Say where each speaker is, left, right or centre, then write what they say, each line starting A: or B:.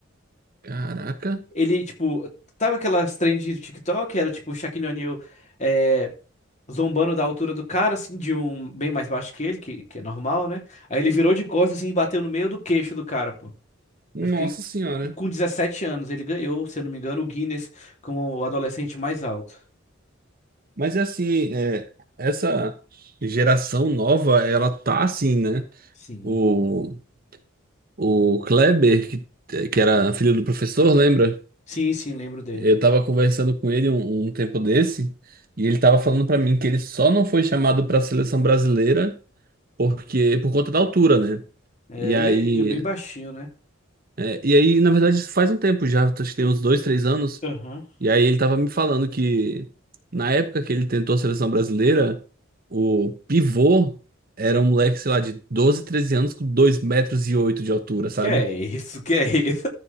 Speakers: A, on the right; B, on the left.
A: Caraca.
B: Ele, tipo, tava aquelas trends do TikTok, era tipo o Shaquille O'Neal é, zombando da altura do cara, assim, de um bem mais baixo que ele, que, que é normal, né? Aí ele virou de costas, assim, e bateu no meio do queixo do cara, pô.
A: Nossa
B: Eu fiquei.
A: senhora.
B: E, e com 17 anos, ele ganhou, se eu não me engano, o Guinness como o adolescente mais alto.
A: Mas é assim, é, essa geração nova, ela tá assim, né?
B: Sim.
A: O, o Kleber, que, que era filho do professor, lembra?
B: Sim, sim, lembro dele.
A: Eu tava conversando com ele um, um tempo desse, e ele tava falando pra mim que ele só não foi chamado pra seleção brasileira porque por conta da altura, né?
B: É,
A: E aí,
B: ele, ele é bem baixinho, né?
A: é, e aí, na verdade, isso faz um tempo já, acho que tem uns dois, três anos.
B: Aham.
A: E aí ele tava me falando que na época que ele tentou a seleção brasileira, o pivô era um moleque, sei lá, de 12 13 anos com dois metros e oito de altura, sabe?
B: Que é isso, que é isso?